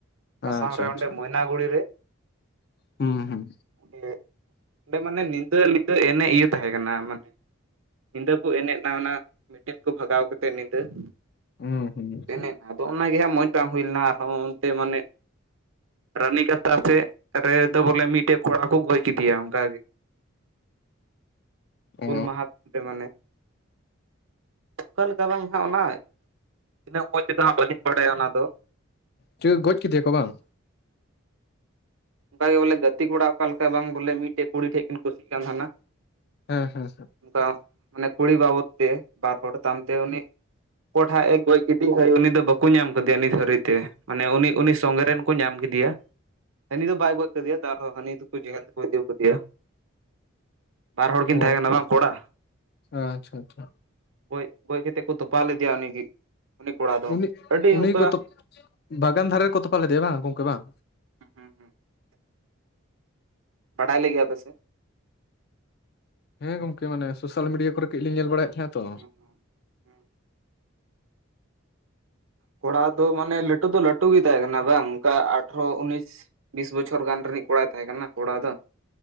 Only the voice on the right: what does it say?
ᱟᱥᱟᱢ
ᱨᱮ
ᱚᱸᱰᱮ ᱢᱚᱭᱱᱟᱜᱩᱲᱤ ᱨᱮ
ᱚᱸᱰᱮ- ᱚᱸᱰᱮ ᱢᱟᱱᱮ ᱧᱤᱫᱟᱹ ᱧᱤᱫᱟᱹ ᱮᱱᱮᱡ ᱤᱭᱟᱹ ᱛᱟᱦᱮᱸ ᱠᱟᱱᱟ ᱢᱟᱱᱮ- ᱧᱤᱫᱟᱹ ᱠᱚ ᱮᱱᱮᱡ ᱚᱱᱟ ᱢᱤᱴᱤᱱ ᱠᱚ ᱵᱷᱟᱜᱟᱣ ᱠᱟᱛᱮᱫ ᱧᱤᱫᱟᱹ-
ᱮᱱᱮᱡ ᱮᱱᱟ, ᱟᱫᱚ ᱚᱱᱟᱜᱮᱦᱟᱸᱜ ᱢᱚᱡᱽ ᱵᱟᱝ ᱦᱩᱭ ᱞᱮᱱᱟ ᱟᱨᱦᱚᱸ ᱚᱱᱛᱮ ᱢᱟᱱᱮ- ᱨᱟᱹᱱᱤ ᱠᱟᱛᱷᱟ ᱥᱮᱫ ᱨᱮᱫᱚ ᱵᱚᱞᱮ ᱢᱤᱫᱴᱮᱡ- ᱠᱚᱲᱟ ᱠᱚ ᱜᱚᱡᱽ ᱠᱤᱫᱤᱭᱟ ᱚᱱᱠᱟ ᱜᱮ ᱦᱩᱞ
ᱢᱟᱦᱟᱼ ᱚᱸᱰᱮ ᱢᱟᱱᱮ ᱚᱠᱟ ᱞᱮᱠᱟ ᱵᱟᱝ ᱦᱟᱸᱜ ᱚᱱᱟᱼ ᱛᱤᱱᱟᱹᱜ ᱢᱚᱡᱽ ᱛᱮᱫᱚ ᱦᱟᱸᱜ ᱵᱟᱹᱞᱤᱧ ᱵᱟᱰᱟᱭᱟ ᱚᱱᱟ ᱫᱚ᱾
ᱚᱱᱠᱟ ᱜᱮ ᱵᱚᱞᱮ ᱜᱟᱛᱮ ᱠᱚᱲᱟ ᱚᱠᱟ ᱞᱮᱠᱟ ᱵᱟᱝ ᱵᱚᱞᱮ ᱢᱤᱫᱴᱮᱡ ᱠᱩᱲᱤ ᱴᱷᱮᱡ ᱠᱤᱱ ᱠᱩᱥᱤᱜ ᱠᱟᱱ ᱛᱟᱦᱮᱱᱟ᱾
ᱚᱱᱠᱟ ᱢᱟᱱᱮ ᱠᱩᱲᱤ ᱵᱟᱵᱚᱫ ᱛᱮ ᱵᱟᱨ ᱦᱚᱲ ᱜᱟᱱᱛᱮ ᱩᱱᱤᱼ ᱚᱠᱚ ᱴᱷᱟᱜ ᱮ ᱜᱚᱡᱽ ᱠᱤᱫᱤ ᱦᱳᱭ ᱩᱱᱤ ᱫᱚ ᱵᱟᱠᱚ ᱧᱟᱢ ᱠᱟᱫᱤᱭᱟ ᱱᱤᱛ ᱦᱟᱹᱨᱤᱡ ᱛᱮ᱾ ᱢᱟᱱᱮ ᱩᱱᱤ ᱩᱱᱤ ᱥᱚᱸᱜᱮ ᱨᱮᱱ ᱠᱚ ᱧᱟᱢ ᱠᱤᱫᱤᱭᱟ᱾ ᱦᱟᱹᱱᱤ ᱫᱚ ᱵᱟᱭ ᱜᱚᱡᱽ ᱠᱟᱫᱤᱭᱟ ᱛᱟᱨᱦᱚ ᱦᱟᱹᱱᱤ ᱫᱚᱠᱩ ᱡᱮᱦᱮᱞ ᱛᱮᱠᱩ ᱤᱫᱤ ᱠᱟᱫᱤᱭᱟ᱾ ᱵᱟᱨ ᱦᱚᱲ ᱠᱤᱱ
ᱛᱟᱦᱮᱸ ᱠᱟᱱᱟ ᱵᱟᱝ ᱠᱚᱲᱟ᱾
ᱜᱚᱡᱽ ᱜᱚᱡᱽ ᱠᱟᱛᱮᱫ ᱠᱚ ᱛᱚᱯᱟ ᱞᱤᱫᱤᱭᱟ ᱩᱱᱤᱜᱤ ᱩᱱᱤ ᱠᱚᱲᱟ ᱫᱚ
ᱟᱹᱰᱤ
ᱚᱱᱠᱟᱼ
ᱦᱩᱸ ᱦᱩᱸ᱾ ᱵᱟᱰᱟᱭ ᱞᱮᱜᱮᱭᱟ ᱯᱮᱥᱮ᱾
ᱦᱚᱸ ᱦᱚᱸ ᱠᱚᱲᱟ ᱫᱚ ᱢᱟᱱᱮ ᱞᱟᱹᱴᱩ ᱫᱚ ᱞᱟᱹᱴᱩ ᱜᱮ ᱛᱟᱦᱮᱸ ᱠᱟᱱᱟ ᱵᱟᱝ ᱚᱱᱠᱟ ᱟᱴᱷᱮᱨᱚ ᱩᱱᱤᱥ ᱵᱤᱥ ᱵᱚᱪᱷᱚᱨ ᱜᱟᱱ ᱨᱤᱱᱤᱡ ᱠᱚᱲᱟᱭ ᱛᱟᱦᱮᱸ ᱠᱟᱱᱟ ᱠᱚᱲᱟ ᱫᱚ᱾